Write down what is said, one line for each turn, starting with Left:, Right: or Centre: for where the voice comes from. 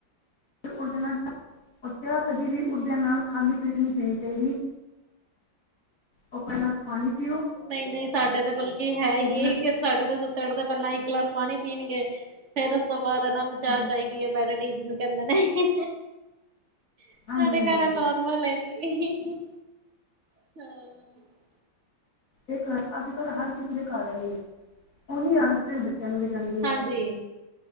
Left: ਉਸਦੇ ਨਾਲ, ਚਾਹ ਕਦੀ ਵੀ ਉੱਠਦਿਆਂ ਨਾਲ ਖਾਲੀ ਪੇਟ ਨਈ ਪੀਣੀ ਚਾਹੀਦੀ। ਉਹ ਪਹਿਲਾਂ ਪਾਣੀ ਪੀਓ
Right: ਨਈ-ਨਈ ਸਾਡੇ ਤਾਂ ਬਲਕਿ ਹੈ
Left: ਇੱਕ
Right: ਏਹੀ
Left: ਗਲਾਸ
Right: ਕੇ ਸਾਡੇ ਤੇ ਸੁੱਤੇ ਉੱਠਦੇ ਪਹਿਲਾਂ ਇੱਕ ਗਲਾਸ ਪਾਣੀ ਪੀਣਗੇ ਫੇਰ ਉਸ ਤੋਂ ਬਾਅਦ ਇਹਨਾਂ ਨੂੰ ਚਾਹ
Left: ਪੀਓ।
Right: ਚਾਈਦੀ ਹੈ ਬੈਡ ਬੈਡ ਟੀ ਜਿਨੂੰ ਕਹਿੰਦੇ ਨੇ, ਸਾਡੇ
Left: ਹਾਂਜੀ ਹਾਂਜੀ
Right: ਘਰ
Left: ਹਾਂਜੀ
Right: ਐ ਨੋਰਮਲ ਐ ਜੀ। ਹਾਂ
Left: ਤੇ ਘਰ ਅੱਜ- ਕੱਲ੍ਹ ਹਰ ਕਿਸੇ ਦੇ ਘਰ ਏਹੀ ਏ, ਉਹੀ ਆਦਤ ਫਿਰ ਬੱਚਿਆਂ ਨੂੰ ਵੀ ਜਾਂਦੀ
Right: ਹਾਂਜੀ
Left: ਐ।